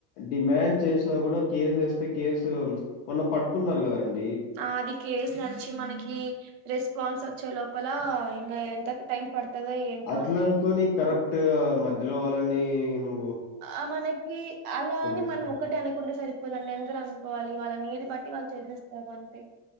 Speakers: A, on the left; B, on the right.
A: డిమాండ్ చేసినా కూడా కేసు ఎస్ తే కేసు మొన్న పట్టుకున్నారు కదాండ్
B: ఆ అది కేస్ నడిచి మనకి రెస్పాన్స్ వచ్చే లోపల ఇంగ ఎంత కి టైం పడుతదో ఏంటో
A: అట్లా
B: అండి
A: అనుకోని కరప్ట్ మధ్యలో అలం నేను
B: ఆ మనకి అలాని
A: తీసుకుని
B: మనం ఒక్కటె అనుకుంటే సరి పోదండి అందరూ అనూకోవాలి వల్ల నీడ్ బట్టి వాళ్ళు చేసేస్తారు అంటే